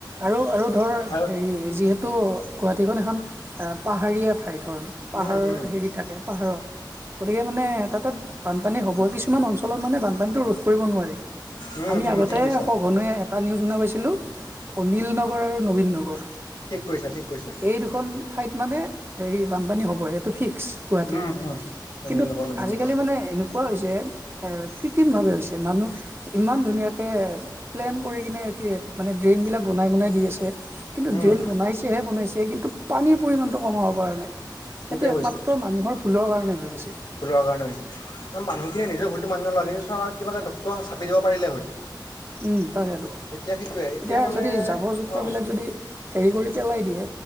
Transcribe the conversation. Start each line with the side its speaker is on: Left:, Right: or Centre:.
Right: আৰু, আৰু ধৰ
Left: আৰু
Right: হেৰি যিহেতু গুৱাহাটীখন এখন পাহাৰীয়া ঠাই ধৰ পাহাৰৰ
Left: উম উম
Right: হেৰি থাকে পাহাৰত গতিকে মানে তাতে বানপানী হ'ব কিছুমান অঞ্চলত মানে বানপানীটো ৰোধ কৰিব নোৱাৰি।
Left: উম
Right: আমি
Left: উম
Right: আগতে
Left: ঠিক কৈছা
Right: সঘনে এটা নিউজ শুনা পাইছিলোঁ। অনিল নগৰ আৰু নবীন নগৰ
Left: ঠিক কৈছা ঠিক কৈছা
Right: এই দু এখন ঠাইত মানে হেৰি বানপানী হ'ব এইটো ফিক্স। গুৱাহাটীৰ
Left: উম উম অনিল
Right: কিন্তু
Left: নগৰ নবীন
Right: আজিকালি
Left: নগৰ
Right: মানে এনেকা কোৱা হৈছে কৃত্ৰিমভাৱে হৈছে মানুহ ইমান ধুনীয়াকৈ প্লেন কৰি কিনে কি মানে ড্ৰেইন বিলাক বনাই, বনাই দি আছে। কিন্তু
Left: উম
Right: ড্ৰেইন বনাইছেহে বনাইছে কিন্তু পানীৰ পৰিমাণটো কমাব পৰা নাই। সেইটো
Left: ঠিকে
Right: একমাত্ৰ মানুহৰ ভুলৰ কাৰণে হৈ আছে।
Left: ফুলৰ কাৰণে হৈছে। মানুহখিনিয়ে নিজৰ ভুলতটো মানি নলয় কিন্তু চৰকাৰ কিবাটা ডক্তৰ চাপ দিব পাৰিলে হ'ল।
Right: উম, তাকেইেতটো
Left: এতিয়া সেইটোয়ে
Right: এতিয়া
Left: মানে
Right: যদি জাবৰ জোথৰ
Left: অ
Right: বিলাক যদি হেৰি কৰি পেলাই দিয়ে